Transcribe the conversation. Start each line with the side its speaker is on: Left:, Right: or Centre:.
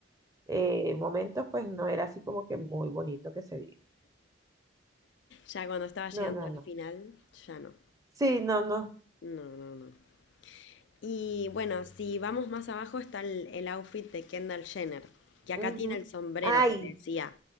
Right: eh, momentos, pues no era así como que muy bonito que se viera.
Left: Ya cuando estaba llegando
Right: No, no,
Left: al
Right: no.
Left: final, ya no.
Right: Sí, no, no.
Left: No, no, no. Y bueno, si vamos más abajo está el, el outfit de Kendall Jenner, que acá
Right: Ujú.
Left: tiene el sombrero
Right: Ay,
Left: que te decía.